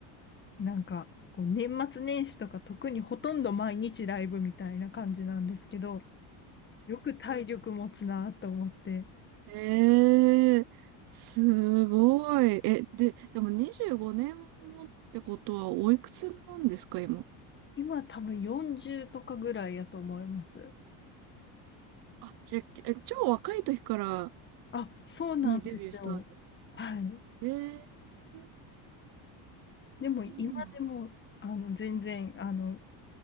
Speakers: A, on the left; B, on the right.
A: なんかこう年末年始とか特にほとんど毎日ライブみたいな感じなんですけど、よく体力持つなと思って、
B: ええすごい。え、で、でも25年もってことはおいくつなんですか、今。
A: 今多分40とかぐらいやと思います。
B: あ、じゃあ、え、超若い時から
A: あ、そうなんですよ。
B: にデビューしたんです
A: はい。
B: ね。ええ
A: でも今でも、
B: そうなん。
A: あの、全然、あの、